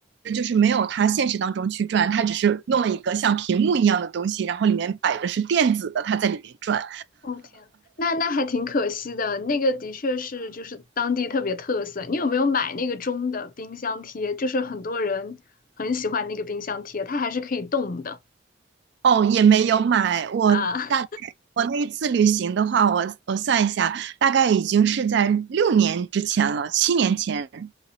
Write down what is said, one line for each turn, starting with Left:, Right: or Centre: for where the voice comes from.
Right: 就是没有他现实当中去转，他只是弄了一个像屏幕一样的东西，然后里面摆的是电子的，他在里面转。
Left: 哦天，那那还挺可惜的。那个的确是就是当地特别特色。你有没有买那个钟的冰箱贴？就是很多人很喜欢那个冰箱贴，它还是可以动的
Right: 哦，也没有买，我大概我那一次旅行的话，
Left: 啊。
Right: 我我算一下，大概已经是在六年之前了，七年前。